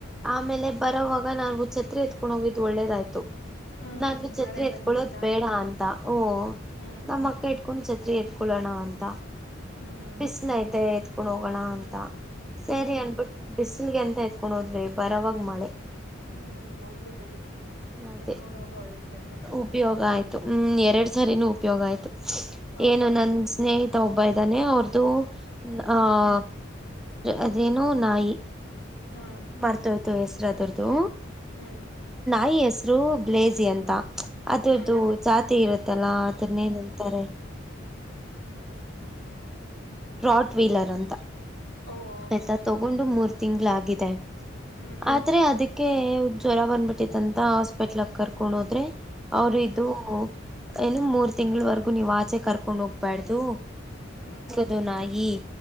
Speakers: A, in the centre; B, on the left.
A: ಆಮೇಲೆ ಬರೋವಾಗ ನಾು ಛತ್ರಿ ಎತ್ಕೊಂಡ್ ಹೋಗಿದ್ದು ಒಳ್ಳೇದಾಯ್ತು
B: ಹ್ಮ್
A: ನಾನು ಚಛತ್ರೆ
B: ಮಳೆ ಬಂದ್ಬಿಡ್ತಾ
A: ಎತ್ಕೊಳ್ಳೋದು ಬೇಡ ಅಂತ ಓ
B: ಹ್ಮ್
A: ನಮ್ಮ ಅಕ್ಕ ಇ ಕುೊಂಡ್ ಛತ್ರಿ ಎತ್ಕೊೊಳ್ಳೋಣ ಅಂತ
B: ಹ್ಮ್
A: ಬಿಸ್ಲ ಐತೆ ಎತ್ ೊಂಡ ಹೋಗೋಣ ಅಂತ ಸರಿ
B: ಹ್ಮ್
A: ಅನ್ಬಿಟ್ಟ ಬಿಸಿಲ್ಗೆಂತ ಎಕೊಂಡೋದ್ವಿ ಬರವಾಗ ಮಳೆ
B: ಹ್ಮ್ ಹೋಗ್ಲಿ ಬಿಡಿ
A: ಅದೇ
B: ಎತ್ಕೊಂಡ್ ಹೋಗೋ ಒಳ್ಳೆ ಕೆಲ್ಸಾನೇ ಮಾಡಿದ್ರಿ.
A: ಉಪಯೋಗ ಆಯ್ತು ಹ್ಮ್ ಎರಡು ಸರಿನೂ ಉಪಯೋಗ ಆಯ್ತು
B: ಹೌದು
A: ಏನು ನನ್ ಸ್ನೇಹಿತ ಒಬ್ಬ ಇದಾನೇ ಅವ್ರ್ದು
B: ಹ್ಮ್
A: ಆಹ ಅದೇನೋ ನಾಯಿ
B: ಹ್ಮ್
A: ಮರ್ತೋಯ್ತು ಹೆಸರು ಅದುರ್ದು
B: ಹ್ಮ್
A: ಐ ಹೆಸರು ಬ್ಲೇಜಿ ಅಂತ ಅದ್ರದ್ದು
B: ಹ್ಮ್
A: ಜಾತಿ ಇರುತ್ತಲ್ಲಾ ಅದನೆನಂತರೆ
B: ಹ
A: ರಾಟ್ ವೀಲರ್ ಅಂತ
B: ಓ
A: ಆಯ್ತಾ
B: ಓಕೆ
A: ತಗೊಂಡು ಮೂರ್ತಿ ತಿಂಗಳ ಆಗಿದೆ
B: ಹ್ಮ್
A: ಆದ್ರೆ ಅದಕ್ಕೆ ಜ್ವರ ಬಂದ್ಬಿಟ್ಟಿದಂತ ಹಾಸ್ಪಿಟ್ಲ್ ಕರ್ಕೊಂಡ ಹೋದ್ರೆ ಅವ್ರು
B: ಹ್ಮ್
A: ಇದು ಏನು ಮೂರ್ ತಿಂಗಳವರೆಗು ನೀವ್ ಆಚೆ ಕರ್ಕೊಂಡ್ ಹೋಗ್ಬಾರ್ದು
B: ಹ್ಮ್
A: ದು ನಾಯಿ